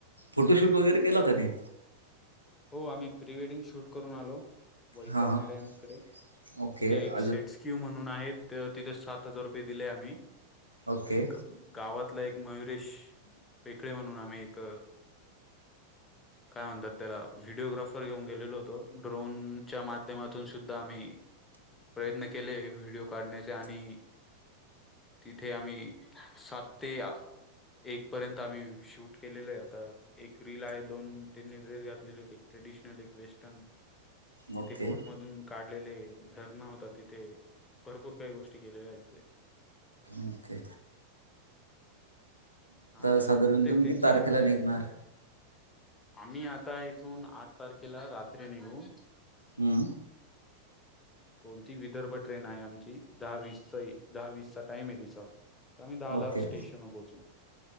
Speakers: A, on the right; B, on the left.
A: फोटोशूट वगैरे केला कानी
B: हो आम्ही प्रीवेडिंग शूट करून आलो वैतरणी
A: हां हां
B: डॅमकडे
A: ओके
B: तिथे एक
A: अजून
B: सेटस्क्यू म्हणून आहेत तिथे सात हजार रुपये दिले आम्ही
A: ओके
B: एक गावात तला एक मयुरेश पेकळे म्हणून आम्ही एक काय म्हणतात त्याला व्हिडीिओग्राफर घेऊन गेलेलो होतो ड्रोनच्या माध्यमातून सुद्धा आम्ही प्रयत्न केले व्हिडिओ काढण्याचा आणि तिथे आम्ही सात ते एक पर्यंत आम्ही शूट केलेलं आहे आता एक रील आहे दोन तीन ड्रेस घ डेडीसल वेस्ट तेथे
A: ओके
B: किबोडऀ मधुन काढले लेले झरणा होता तिथे भरपूर काही गोष्टी केलेल्या आहेत
A: इ ते
B: हाज
A: साधारण
B: आहे बहुतेक
A: तुम्ही
B: त्यांची
A: किती तारखेला
B: येऊन जाईल
A: निघणार
B: आम्ही आता इथून आठ तारखेला रात्री निघू
A: हम्म
B: कोणती विदर्भ ट्रेन आहे आमची दहावीस दहावीसचा टाइम आहे तिचा आम्ही दहाला
A: ओके
B: स्टेशन पोहोचू